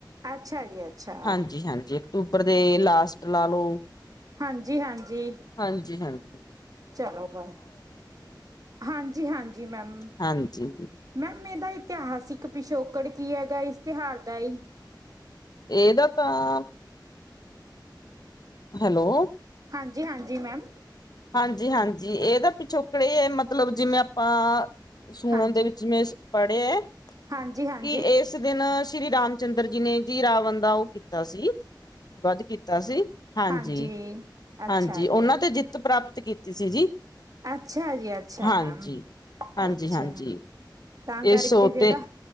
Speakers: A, on the right; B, on the left.
A: ਅਛਾ ਜੀ ਅੱਛਾ।
B: ਹਾਂਜੀ-ਹਾਂਜੀ। ਅਕਤੂਬਰ ਦੇ ਲਾਸਟ ਲਾ ਲੋ।
A: ਹਾਂਜੀ-ਹਾਂਜੀ।
B: ਹਾਂਜੀ-ਹਾਂਜੀ।
A: ਚਲੋ ਬਸ, ਹਾਂਜੀ-ਹਾਂਜੀ ਮੈਮ।
B: ਹਾਂਜੀ
A: ਮੈਮ ਇਹਦਾ ਇਤਿਹਾਸਿਕ ਪਿਛੋਕੜ ਕੀ ਹੈਗਾ। ਇਸ ਤਿਉਹਾਰ ਦਾ ਜੀ।
B: ਇਹਦਾ ਤਾਂ ਹੈਲੋ।
A: ਹਾਂਜੀ-ਹਾਂਜੀ, ਮੈਮ।
B: ਹਾਂਜੀ-ਹਾਂਜੀ, ਇਹਦਾ ਪਿਛੋਕੜੇ ਇਹ ਐ, ਮਤਲਬ ਜਿਵੇ ਆਂਪਾ- ਸੁਣਨ
A: ਹਾਂਜੀ,
B: ਦੇ ਵਿਚ, ਮੈ ਇਸ ਪੜ੍ਹਿਆ, ਕਿ
A: ਹਾਂਜੀ-ਹਾਂਜੀ
B: ਏਸ ਇਸ ਦਿਨ ਸ਼੍ਰੀ ਰਾਮ ਚੰਦਰ ਜੀ ਨੇ, ਜੀ ਰਾਵਣ ਦਾ ਉਹ ਕੀਤਾ ਸੀ ਵੱਧ ਕੀਤਾ ਸੀ। ਹਾਂਜੀ-ਹਾਂਜੀ,
A: ਹਾਂਜੀ, ਅੱਛਾ
B: ਉਹਨਾ
A: ਜੀ,
B: ਤੇ ਜਿੱ- ਪ੍ਰਾਪਤ ਕੀਤੀ ਸੀ ਜੀ।
A: ਅੱਛਾ ਜੀ ਅੱਛਾ
B: ਹਾਂਜੀ-ਹਾਂਜੀ-ਹਾਂਜੀ।
A: ਮੈਮ ਅੱਛਾ ਤਾਂ
B: ਇਹ
A: ਕਰਕੇ
B: ਓ
A: ਜਿਹੜਾ
B: ਤੇ